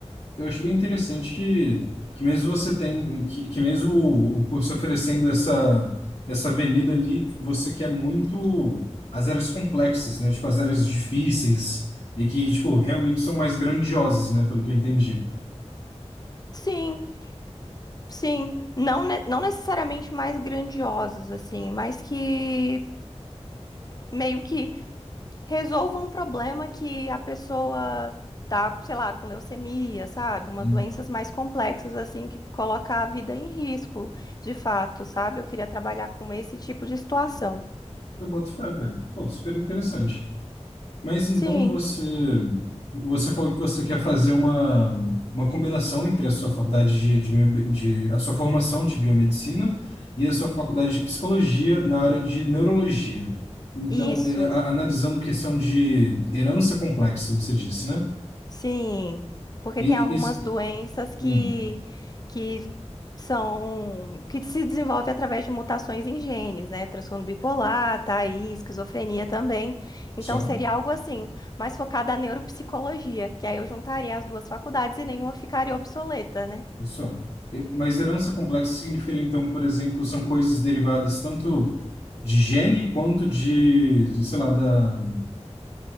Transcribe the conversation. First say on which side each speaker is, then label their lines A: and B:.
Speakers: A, on the left; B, on the left.
A: Eu acho bem interessante que, que mesmo você tem, que, que mesmo o, o curso oferecendo essa, essa avenida ali, você quer muito as áreas complexas, né? Tipo, as áreas difíceis e que, tipo, realmente são mais grandiosas, né? Pelo que eu entendi.
B: Sim, sim, não, ne- não necessariamente mais grandiosos, assim, mas que meio que resolva um problema que a pessoa tá, sei lá, com leucemia, sabe? Uma
A: Hum.
B: doenças mais complexas assim que coloca a vida em risco, de fato, sabe? Eu queria trabalhar com esse tipo de situação.
A: Eu boto fé, velho. Pô, super interessante. Mas então
B: Sim,
A: você, você falou que você quer fazer uma, uma combinação entre a sua faculdade de, de, bio- de- a sua formação de biomedicina e a sua faculdade de psicologia na área de neurologia. Então,
B: isso.
A: é, a- analisando questão de herança complexa, você disse, né?
B: Sim, porque
A: E,
B: tem algumas
A: e, e-
B: doenças que,
A: hum,
B: que são que se desenvolve através de mutações em genes, né? Transtorno bipolar, tá aí, esquizofrenia também. Então
A: só,
B: seria algo assim, mais focado na neuropsicologia, que aí eu juntaria as duas faculdades e nenhuma ficaria obsoleta, né?
A: só. E- Mas herança complexa significaria, então, por exemplo, são coisas derivadas tanto de gene quanto de, sei lá, da,